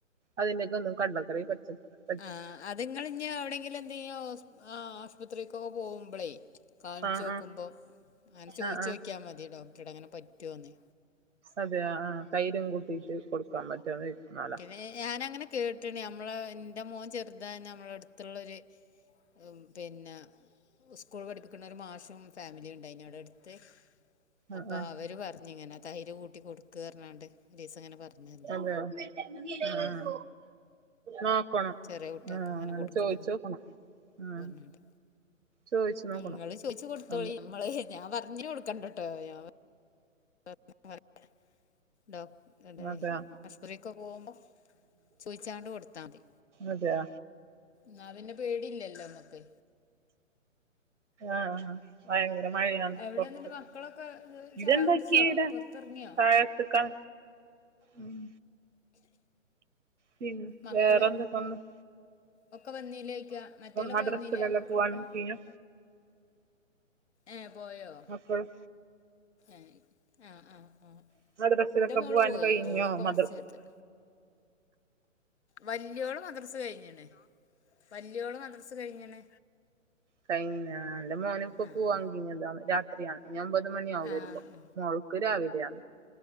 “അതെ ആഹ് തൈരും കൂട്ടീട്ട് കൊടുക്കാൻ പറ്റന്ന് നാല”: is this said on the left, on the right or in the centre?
Right